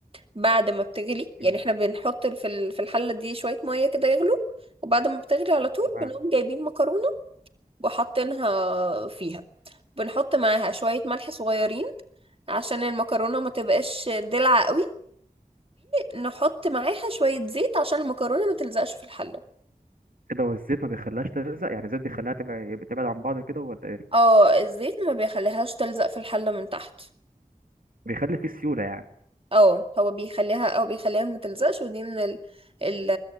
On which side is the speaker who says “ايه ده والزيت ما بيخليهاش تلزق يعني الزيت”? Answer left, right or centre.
Right